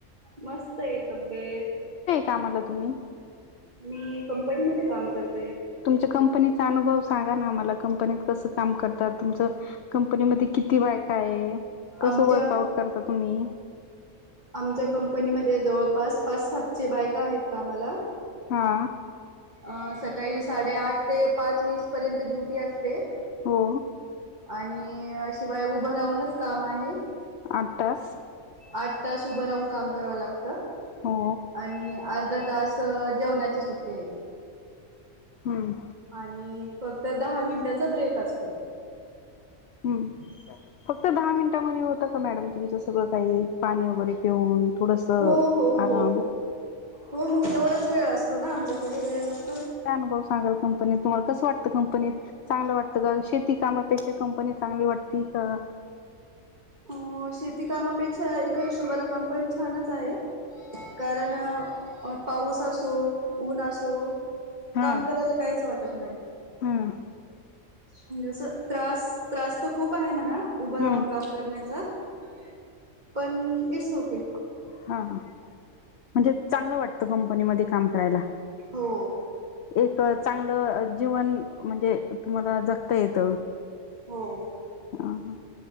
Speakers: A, on the right; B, on the left.
A: मस्त आहे तब्येत
B: कामला तुम्ही
A: मी कंपनीमध्ये काम करते.
B: तुमच्या कंपनीचा अनुभव सांगा ना मला कंपनीत कसं काम करत तम तर कंपनीमध्येध्ये किती बायक आहे. कसं
A: आच्या
B: वर्कआउट करता तुम्ही
A: आमच्या कंपनीमध्ये जवळ पास पाच सात बायका आहेत का मला
B: हा.
A: अ सकाळी साडे आठ ते पाच वीस पर्यंत ड्युटी असते.
B: हो.
A: आणि शिवाय उभं राहूनच काम आहे.
B: आठ तास.
A: आठ तास उभं राहून काम करावं लागत
B: हो
A: आणि अर्धा तास जेवणाची सुट्टी आहेत.
B: हम्म.
A: आणि फक्त दहा मिनिटाचा ब्रेक अस.
B: हम्म. फक्त दहा मिनटामध्ये होतं का मॅडम तुमचं सगळं काही पाणी वगैरे पिऊन थोडंसं
A: हो हो
B: आराम
A: हो हो मग तेवढाच वेळ असतो ना आमच्याकडे वेळ नस
B: का <unintelligible> अनुभव सांगाल कंपनीत तुम्हाला कसं वाटतं कंपनीत चांगलं वाटतं का शेती कामात पेक्षा कंपनी चांगली वाटती का?
A: ओ शेती कामापेक्षा एका हिशोबाला कंपनी छानच आहे. कारण पाऊस असो, ऊन असो
B: हा
A: काम करायला काहीच वाटत नाही
B: हम्म
A: <inaudible> म्हणजे अस त्रास त्रास तर खूप आहे म्हणा उभं
B: हम्म
A: राहून काम करण्याचा <inaudible> पण इट्सओके.
B: हा हा म्हणजे चांगलं वाटत कंपनीमध्ये काम करायला
A: हो
B: <inaudible> एक परत चांगलं जीवन म्हणजे तुम्हाला जगता येत.
A: हो.
B: ह ह